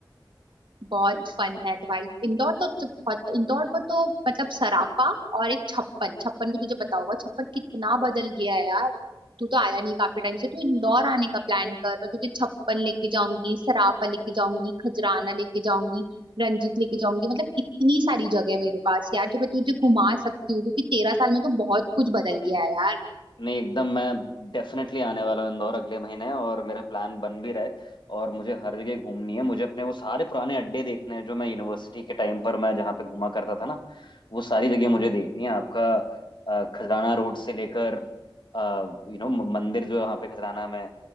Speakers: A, on the right; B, on the left.
A: बहुत
B: हम्म,
A: फन है तो भाई इंदौर तो जब- बहुत- इंदौर पर तो मतलब सराफा और एक छप्पन छप्पन भी तुझे पता होगा छप्पन कितना बदल गया है यार तू तो आया नहीं काफी टाइम से तू इंदौर आने का प्लान कर मैं तुझे छप्पन लेके जाऊंगी सराफा लेके जाऊंगी खजराना लेके जाऊंगी रंजीत लेके जाऊंगी मतलब इतनी सारी जगह है मेरे पास यार जो मैं तुझे घुमा सकती हूँ क्योंकि तेरह साल में तो बहुत कुछ बदल गया है यार
B: नहीं एकदम मैं डेफिनेटली आने वाला हूँ इंदौर अगले महीने और मेरा प्लान बन भी रहा है और मुझे हर जगह घूमनी है मुझे अपने वो सारे पुराने अड्डे देखने हैं जो मैं यूनिवर्सिटी के टाइम पर मैं जहाँ पे घूमा करता था ना वो सारी जगह मुझे देखनी है आपका अ, खजराना रोड से लेकर यू नो मंदिर जो है वहाँ पे खजराना में